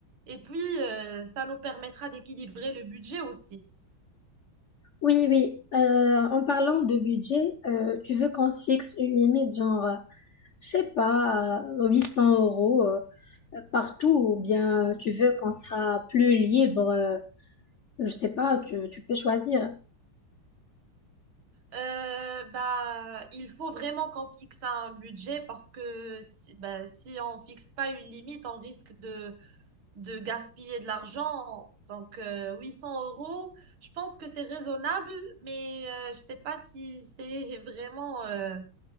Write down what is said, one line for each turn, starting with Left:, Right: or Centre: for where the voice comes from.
Right: Et puis, euh, ça nous permettra d'équilibrer le budget aussi.
Left: Oui, oui. Euh, en parlant de budget, euh, tu veux qu'on se fixe une limite, genre, euh, je sais pas, euh, 800 euros euh, euh, partout, ou bien tu veux qu'on sera plus libre, euh, je sais pas, tu, tu peux choisir.
Right: Euh, bah, il faut vraiment qu'on fixe un budget parce que si, bah, si on fixe pas une limite, on risque de de gaspiller de l'argent. Donc, euh, 800 euros, je pense que c'est raisonnable, mais euh, je sais pas si c'est vraiment, euh,